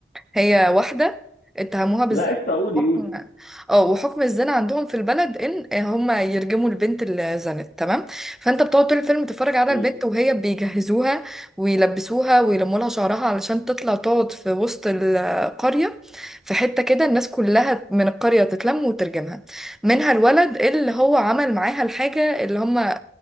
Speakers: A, in the centre; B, on the left.
A: هي واحدة اتهموها بالزنا
B: لا قشطه قولي
A: وحكم
B: قولي
A: اه وحكم الزنا عندهم في البلد ان هم يرجموا البنت اللي زنت تمام فانت بتقعد طول الفيلم تتفرج على
B: مم.
A: البنت وهي بيجهزوها ويلبسوها ويلموا لها شعرها علشان تطلع تقعد في وسط القرية في حتة كده الناس كلها من القرية تتلم وترجمها منها الولد اللي هو عمل معاها الحاجة اللي هم